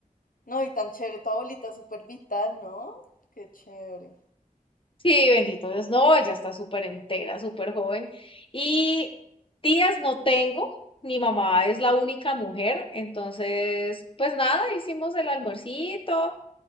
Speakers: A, on the left; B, on the left.
A: No, y tan chévere, tu abuelita súper vital, ¿no? Qué chévere.
B: Sí, bendito Dios, no, ella está súper entera, súper joven. Y tías no tengo, mi mamá es la única mujer, entonces, pues nada, hicimos el almuercito